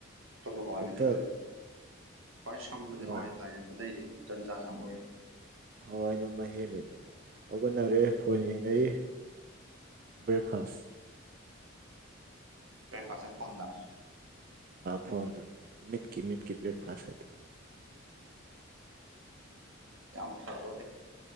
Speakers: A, on the right; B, on the right.
A: ꯄ ꯍꯋꯥꯒ
B: ꯑꯝꯇ
A: ꯂꯩ ꯂꯩꯗ꯭ꯔꯦ ꯄꯥꯏ ꯁꯝꯕꯗꯤ
B: ꯍꯋꯥꯏ
A: ꯍꯋꯥ ꯏꯟ ꯇ ꯐꯠꯇꯗꯤ ꯟꯖꯂ ꯑꯃ ꯑꯣꯏꯣ
B: ꯍꯣꯏ ꯅꯃ ꯍꯦꯜꯂꯤꯗꯨꯅꯤꯅꯦ ꯍꯧꯒꯠꯅꯔꯦ ꯐꯣꯟ ꯌꯦꯡꯅꯔꯤ ꯕꯔꯈꯥꯁ
A: ꯀꯄꯥꯁꯦ ꯐꯣꯟꯅ
B: ꯐꯣꯟꯗ ꯃꯤꯠꯀꯤ ꯃꯤꯠꯀꯤ ꯕ꯭ꯔꯦꯛꯐꯥꯁ ꯍꯥꯏꯇꯥꯔꯦ
A: ꯌꯥꯝ ꯐꯕ